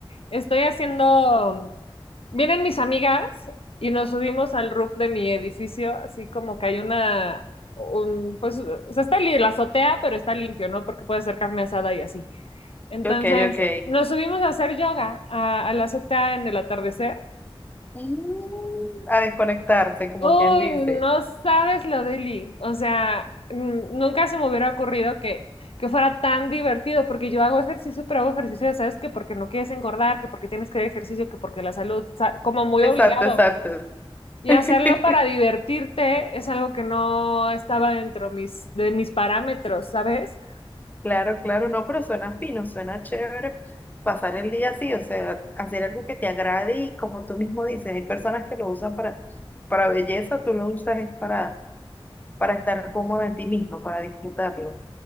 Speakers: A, on the left; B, on the left.
A: Estoy haciendo, vienen mis amigas y nos subimos al roof de mi edificio, así como que hay una, un, pues, o sea, está li- la azotea, pero está limpio, ¿no? Porque puede hacer carne asada y así. Entonces,
B: Ok, ok.
A: nos subimos a hacer yoga a, a la azotea en el atardecer.
B: Mm, A desconectarse, como
A: Uy,
B: quien dice.
A: no sabes lo de Lee. O sea, mm, nunca se me hubiera ocurrido que, que fuera tan divertido, porque yo hago ejercicio, pero hago ejercicio, ya sabes que porque no quieres engordar, que porque tienes que hacer ejercicio, que porque la salud, sa- como muy
B: Exacto,
A: obligado.
B: exacto.
A: Y
B: <laughs>
A: hacerlo para divertirte es algo que no estaba dentro mis, de mis parámetros, ¿sabes?
B: Claro, claro, no, pero suena fino, suena chévere pasar el día así, o sea, hacer algo que te agrade y como tú mismo dices, hay personas que lo usan para, para belleza, tú lo usas es para, para estar cómodo en ti mismo, para disfrutarlo.